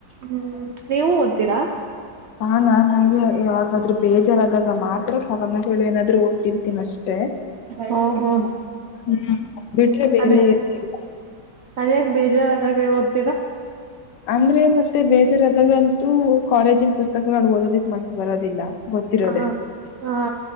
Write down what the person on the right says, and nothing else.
ಹ್ಮ್ ನೀವು ಓದ್ತೀರಾ?
ಹಾ ಹಾ
ಅದೇ
ಅದ್ಯಾಕ್ ಬೇಜಾರದಾಗ?
ಹ ಹಾ